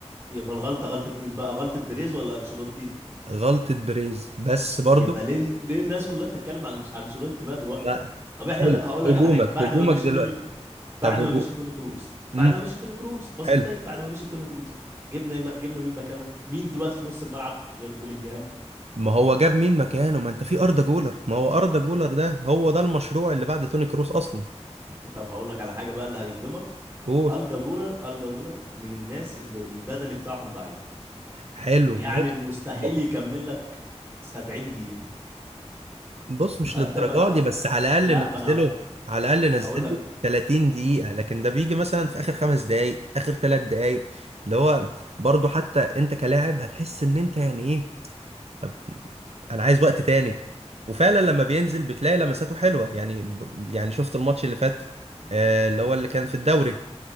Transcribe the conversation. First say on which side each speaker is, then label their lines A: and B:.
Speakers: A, on the right (about 20°); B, on the right (about 65°).
A: يبقى الغلطه غلطه مين بقى غلطه بيريز ولا انشيلوتي
B: غلطه بريز بس برضو
A: يبقى ليه ليه الناس كلها بتتكلم عن انشيلوتي بقى دلوقتي
B: لا
A: طب
B: حلو
A: احنا د- هقول لك
B: هجومك
A: على حاجه بعد
B: هجومك
A: ما مشي
B: دلوقتي
A: توني بعد
B: طب هجو-
A: ما مشي توني كروز بعد
B: امم
A: ما مشي توني كروز بسيطه
B: حلو
A: اهي بعد ما مشي توني كروز جبنا إيه- جبنا مين مكانه مين دلوقتي في نص الملعب غير بيلينجهام
B: ما هو جاب مين مكانه ما انت في اردا جولر ما هو اردا جولر ده هو ده المشروع اللي بعد توني كروس اصلا
A: طب هقول لك على حاجه بقى اللي هيصدمك
B: اوه
A: الدا جولر الدا جولر من الناس اللي البدني بتاعهم ضعيف
B: حلو
A: يعني
B: ماشي
A: مستحيل
B: هو-
A: يكمل لك 70 دقيقه
B: بص مش
A: فانت
B: للدرجه
A: ما... بقى-
B: دي بس على الاقل
A: لا ما انا
B: نزله على الاقل
A: هقول
B: نزله
A: لك
B: 30 دقيقه لكن ده بيجي مثلا في اخر خمس دقائق اخر ثلاث دقائق اللي هو برضو حتى انت كلاعب هتحس ان انت يعني ايه طب انا عايز وقت تاني وفعلا لما بينزل بتلاقي لمساته حلوه يعني يعني شفت الماتش اللي فات آه، اللي هو اللي كان في الدوري